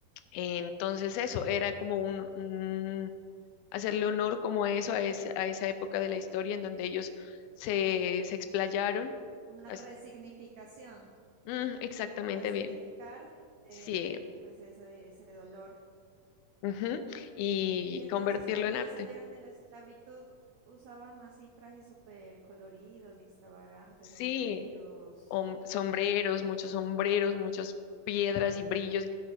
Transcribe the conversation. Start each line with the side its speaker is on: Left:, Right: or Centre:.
Left: entonces eso era como un, un- hacerle honor como a eso, a, es- a esa época de la historia en donde ellos se, se explayaron.
Right: una
Left: así-
Right: resignificación,
Left: Mm, exactamente
Right: como resignificar
Left: bien.
Right: eh,
Left: Sí.
Right: pues ese, ese dolor.
Left: ujú, Y
Right: Y entonces
Left: convertirlo
Right: cuando
Left: en
Right: ellos
Left: arte.
Right: salieron de la esclavitud, usaban así trajes súper coloridos y extravagantes,
Left: Sí.
Right: sombreros.
Left: hom- sombreros, muchos sombreros, muchas piedras y brillos,